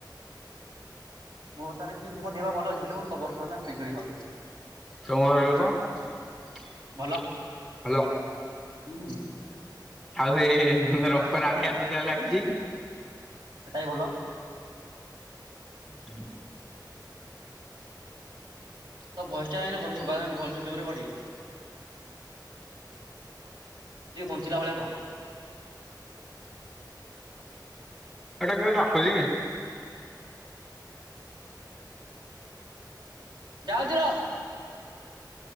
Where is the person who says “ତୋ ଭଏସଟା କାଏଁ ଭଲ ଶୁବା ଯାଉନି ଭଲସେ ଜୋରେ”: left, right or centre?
Right